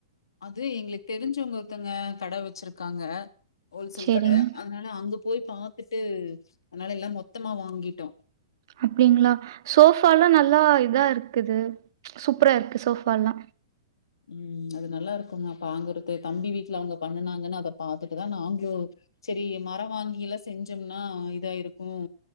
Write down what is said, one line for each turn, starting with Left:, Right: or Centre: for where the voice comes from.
Left: அது எங்களுக்கு தெரிஞ்சவங்க ஒருத்தங்க கட வச்சிருக்காங்க ஹோல்சேல்
Right: சரிங்க.
Left: கடை அதனால அங்க போய் பாாரத்துட்டு அதனால எல்லாம் மொத்தமா வாங்கிட்டோம்
Right: அப்படிங்களா சோஃபல்லாம் நல்லா இதா இருக்குது சூப்பரா இருக்கு சோஃபா எல்லாம்
Left: உஹம் அது நல்லா இருக்குங்க அப்பங்குறது தம்பி வீட்டுல அவங்க பண்ணுனாங்கன்னு அத பாாரத்துட்டுதான் நாங்களும் சரி மரம் வாங்கி எல்லாம் செஞ்சோம்னா இதா இருக்கும்